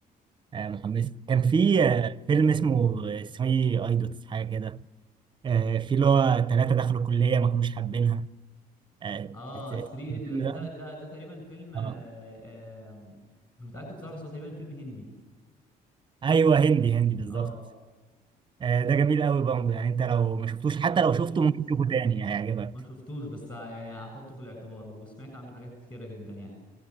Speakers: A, on the right (about 30°); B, on the left (about 25°).
A: آه، محمسة كان
B: بز-
A: في آه، فيلم اسمه 3 ايدوتس حاجة كده آه، في اللي هو ثلاثة دخلوا كلية ما كانوش حابينها آه،
B: اه
A: ات- ات-
B: 3 ايديوتس
A: الفيلم ده
B: ده ده ده تقريبا فيلم آه،
A: اه
B: آم، مش متاكد بصراحه بس هو تقريبا فيلم هندي
A: ايوه هندي هندي بالظبط
B: اه
A: آه، ده جميل قوي برضه يعني انت لو ما شفتوش حتى
B: ما شفتوش
A: لو شفته ممكن تشوفه تاني هيعجبك
B: ما شفتوش بس يعني هحطه في الاعتبار وسمعت عنه حاجات كتيره جدا يعني